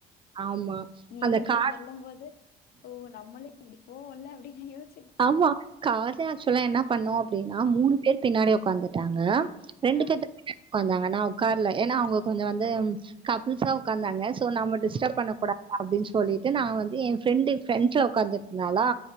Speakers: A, on the right; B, on the left.
A: ஆமா
B: நீ
A: அந்த
B: இப்டி
A: கா
B: சொல்லும் போது ஓ நம்மளு இப்டி போவோல்ல அப்டின்னு யோசி
A: ஆமா கார்லே ஆக்சுவலா என்ன பண்ணோ அப்டின்னா மூணு பேரு பின்னாடி உக்காந்துட்டாங்க ரெண்டு
B: ஆ
A: பேத்து பின்னாடி உக்காந்தாங்க நா உக்கார்ல ஏனா அவங்க கொஞ்சோ வந்து கப்புல்ஸா உக்காந்தாங்க சோ நம்ம டிஸ்டப்
B: ஆ
A: பண்ண கூடாது அப்படின் சொல்லிட்டு நா வந்து எ ஃப்ரெண்டு ப்ரண்ட்ல உட்கார்ந்து இருந்தாலா